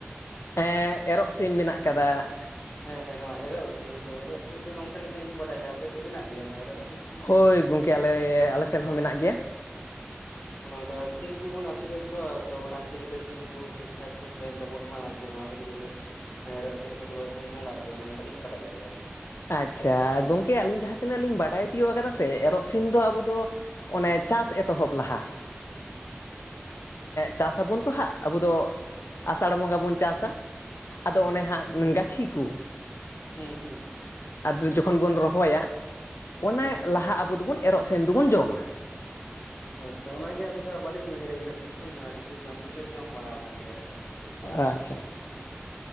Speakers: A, on the left (about 80°); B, on the left (about 50°).
A: ᱮᱻ ᱮᱨᱚᱜ ᱥᱤᱢ ᱢᱮᱱᱟᱜ ᱟᱠᱟᱫᱟ ᱾
B: ᱦᱮᱸ ᱦᱮᱸ ᱱᱚᱣᱟ ᱮᱨᱚᱜ ᱥᱤᱢ ᱫᱚ ᱮᱨᱚᱜ ᱥᱤᱢ ᱫᱚ ᱱᱚᱝᱠᱟ ᱞᱮᱠᱟ ᱞᱤᱧ ᱵᱟᱰᱟᱭᱟ ᱟᱯᱮ ᱥᱮᱜ ᱢᱮᱱᱟᱜ ᱜᱮᱭᱟ ᱱᱚᱣᱟ ᱮᱨᱚᱜ ᱥᱤᱢ ᱾
A: ᱦᱚᱭ ᱜᱚᱢᱠᱮ ᱟᱞᱮ ᱟᱞᱮ ᱥᱮᱱ ᱦᱚᱸ ᱢᱮᱱᱟᱜ ᱜᱮᱭᱟ ᱾
B: ᱱᱚᱝᱠᱟ ᱥᱤᱢ ᱠᱚᱵᱚᱱ ᱟᱹᱥᱩ ᱞᱮᱫ ᱠᱚᱣᱟ ᱛᱚ ᱚᱱᱟ ᱠᱷᱟᱹᱛᱤᱨ ᱡᱮᱛᱮ ᱥᱤᱢ ᱠᱚ ᱴᱷᱤᱠ ᱴᱷᱟᱠ ᱠᱚ ᱛᱟᱦᱮᱱ ᱛᱟᱵᱚᱱ ᱢᱟ ᱱᱚᱣᱟ ᱠᱷᱟᱹᱛᱤᱨ ᱜᱮ ᱵᱟᱹᱥ ᱱᱚᱣᱟ ᱮᱨᱚᱜ ᱥᱤᱢ ᱠᱚᱫᱚ ᱵᱚᱱ ᱵᱚᱸᱜᱟᱜ ᱜᱮᱭᱟ ᱚᱱᱮ ᱚᱱᱠᱟ ᱞᱤᱧ ᱵᱟᱰᱟᱭ ᱟᱠᱟᱫᱟ
A: ᱟᱪᱷᱟ ᱜᱚᱝᱠᱮ ᱟᱹᱞᱤᱧ ᱡᱟᱦᱟᱸ ᱛᱤᱱᱟᱹᱜ ᱞᱤᱧ ᱵᱟᱰᱟᱭ ᱛᱤᱭᱳᱜ ᱟᱠᱟᱫᱟ ᱥᱮ ᱮᱨᱚᱜ ᱥᱤᱢ ᱫᱚ ᱟᱵᱚ ᱫᱚ ᱚᱱᱮ ᱪᱟᱥ ᱮᱛᱚᱦᱚᱵ ᱞᱟᱦᱟ ᱪᱟᱥ ᱟᱵᱚᱱ ᱛᱚ ᱦᱟᱸᱜ ᱟᱵᱚ ᱫᱚ ᱟᱥᱟᱲ ᱵᱚᱸᱜᱟ ᱵᱚᱱ ᱪᱟᱥᱟ ᱟᱫᱚ ᱚᱱᱮ ᱦᱟᱸᱜ ᱜᱟᱹᱪᱷᱤ ᱠᱚ
B: ᱦᱩᱸ ᱦᱩᱸ
A: ᱟᱫᱚ ᱡᱚᱠᱷᱚᱱ ᱵᱚᱱ ᱨᱚᱦᱚᱭᱟ ᱚᱱᱟ
B: ᱦᱩᱸ ᱦᱩᱸ ᱦᱩᱸ ᱦᱩᱸ
A: ᱞᱟᱦᱟ ᱟᱵᱚ ᱫᱚᱵᱚᱱ ᱮᱨᱚᱜ ᱥᱮᱱ ᱫᱚᱵᱚᱱ ᱡᱚᱢᱟ
B: ᱚᱻ ᱟᱪᱪᱷᱟ ᱚᱱᱟ ᱜᱮ ᱟᱹᱞᱤᱧ ᱫᱚ ᱵᱟᱹᱞᱤᱧ ᱩᱭᱦᱟᱹᱨᱮᱜᱼᱟ ᱛᱤᱥ ᱠᱚᱹᱧ ᱡᱚᱢᱟ ᱠᱤᱱᱛᱩ ᱡᱚᱢ ᱫᱚᱞᱮ ᱡᱚᱢ ᱵᱟᱲᱟ ᱣᱟᱠᱟᱜ ᱜᱮᱭᱟ ᱮᱨᱚᱜ ᱥᱤᱢ ᱠᱚᱫᱚ ᱦᱟᱸᱜ
A: ᱟᱪᱷᱟ ᱟᱪᱷᱟᱪᱷᱟ ᱾